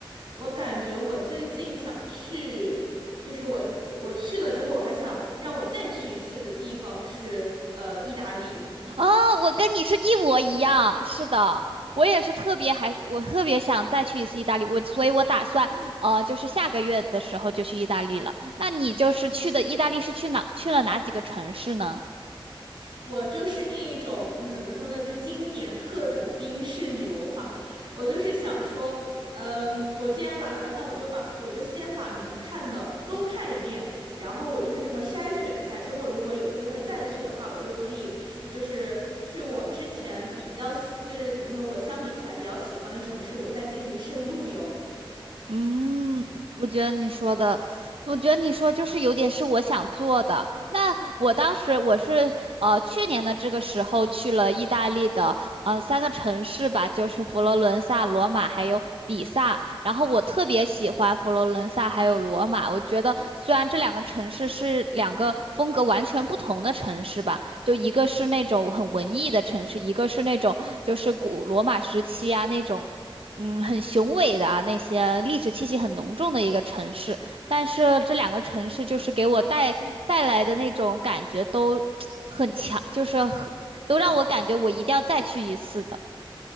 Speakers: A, on the right; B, on the right.
A: 我感觉我最近想去，就是我我去了之后，我还想让我再去一次的地方是呃意大利，
B: 哦，我跟你是一模一样，是的，我也是特别还，我特别想再去一次意大利，我所以，我打算呃，就是下个月的时候就去意大利了。那你就是去的意大利是去哪，去了哪几个城市呢？
A: 我就是那一种，嗯怎么说呢，就经典特种兵式旅游法。我就是想说，嗯，我既然来了，那我就把我就先把能看的都看一遍，然后我就是这么筛选一下，之后如果有机会再去的话，我就可以就是去我之前比较喜就是怎么说，我相比起来比较喜欢的城市，我再进行深度游。
B: 嗯，我觉得你说的，我觉得你说就是有点是我想做的。那我当时我是呃去年的这个时候去了意大利的呃三个城市吧，就是佛罗伦萨、罗马还有比萨。然后我特别喜欢佛罗伦萨还有罗马，我觉得虽然这两个城市是两个风格完全不同的城市吧。就一个是那种很文艺的城市，一个是那种就是古罗马时期啊那种，嗯，很雄伟的啊那些历史气息很浓重的一个城市。但是这两个城市就是给我带带来的那种感觉都很强，就是很都让我感觉我一定要再去一次的。